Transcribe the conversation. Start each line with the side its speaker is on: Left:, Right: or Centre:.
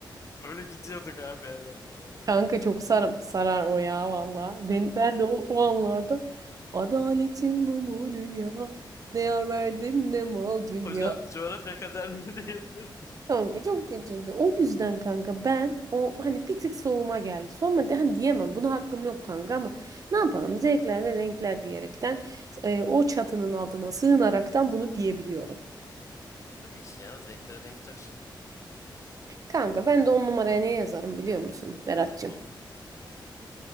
Left: öyle gidiyorduk abi eve valla.
Right: Kanka çok sar sarar o ya valla. Ben,
Left: Tabii
Right: ben
Left: tabii.
Right: de o, o anlarda adaletin bu mu dünya? Ne yar verdin ne mal dünya.
Left: Hocam coğrafya kadar <laughs> diyebilir miyiz?
Right: Kanka çok kötüydü. O yüzden kanka ben o hani bir tık soğuma geldi. Soğuma de, hani diyemem. Buna hakkım yok kanka ama ne yapalım? Zevkler ve renkler diyerekten e, o çatının altına sığınaraktan bunu diyebiliyorum.
Left: Tabii ki ya zevkler renkler.
Right: Kanka ben de on numaraya ne yazarım biliyor musun Berat'cığım?
Left: Hı hı